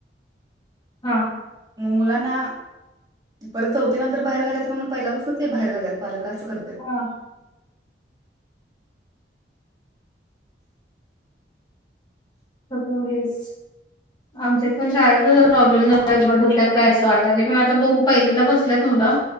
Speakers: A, on the left; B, on the right.
A: हा
B: मग मुलांना परत चौथीनंतर बाहेर घालायचं म्हणून पहिल्यापासूनच ते बाहेर घालत्यात पालक कस करत्यात.
A: हा सगळं हेच आमच्यात पण शाळेचा जर प्रॉब्लेम झालाय बंद होत्या काय असं वाटालयं पण आता बघू पहिलीला बसल्यात मुलं.